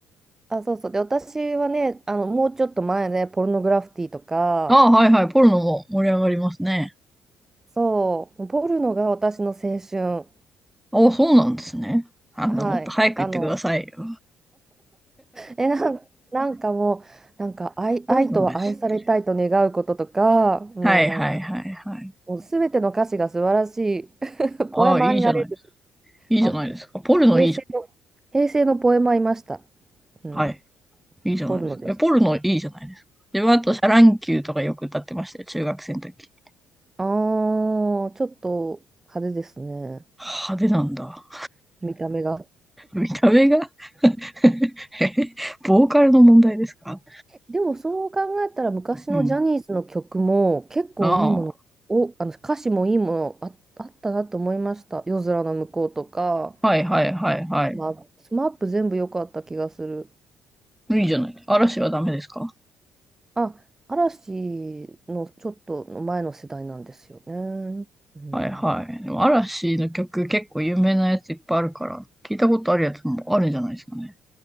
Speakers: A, on the right; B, in the centre.
A: あ、そうそう。で、私はね、あの、もうちょっと前ね、ポルノグラフィティとか、
B: ああ、はいはい、ポルノも盛り上がりますね。
A: そう、ポルノが私の青春。
B: ああ、そうなんですね。あんなもっと早く言ってくださいよ。
A: はい。あの、え、なん、なんかもう、なんか愛、
B: ポルノは知ってる。
A: 愛とは愛されたいと願うこととか、もうなんか、
B: はいはいはいはい。
A: もうすべての歌詞が素晴らしい。<laughs>
B: ああ、
A: ポエマーになれる。
B: いいじゃないですか。いいじゃないですか。
A: あ、
B: ポルノいいじ
A: 平成の、平成のポエマーいました。うん。
B: ゃん。はい。いいじゃないですか。
A: ポルノでした。
B: え、ポルノいいじゃないですか。で、あと、シャ乱 Q とかよく歌ってましたよ。中学生の時。
A: ああ、ちょっと派手ですね。
B: 派手なんだ。
A: 見た目が。
B: 見た目が <laughs> ボーカルの問題ですか
A: でもそう考えたら昔のジャニーズの曲も結構いいものを、
B: うん。あ
A: あの歌詞もいいものあ、あったなと思いました。夜空の向こうとか、
B: あ、はいはいはいはい。
A: まあ、スマップ全部良かった気がする。
B: いいじゃない。嵐はダメですか
A: あ、嵐のちょっと前の世代なんですよね。うん。
B: はいはい。でも嵐の曲結構有名なやついっぱいあるから、聞いたことあるやつもあるんじゃないですかね。